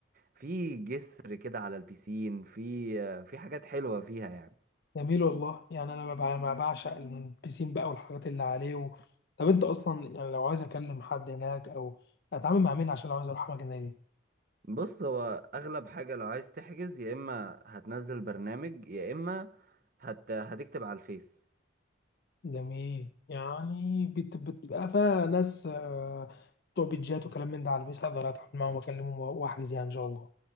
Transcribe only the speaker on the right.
في جسر كده على البيسين في آه، في حاجات حلوه فيها يعني
بص هو اغلب حاجة لو عايز تحجز يا اما هتنزل برنامج يا اما هت... هتكتب على الفيس